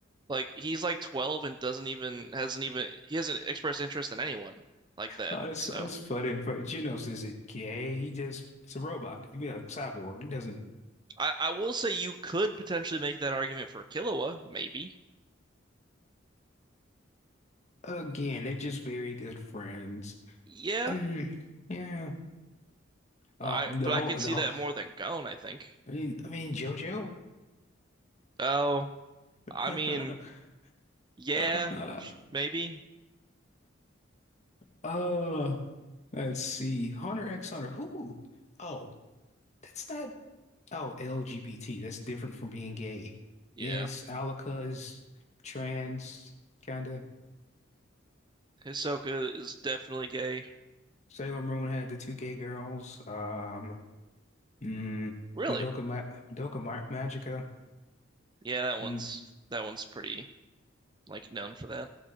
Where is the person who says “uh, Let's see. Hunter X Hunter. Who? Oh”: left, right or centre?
Left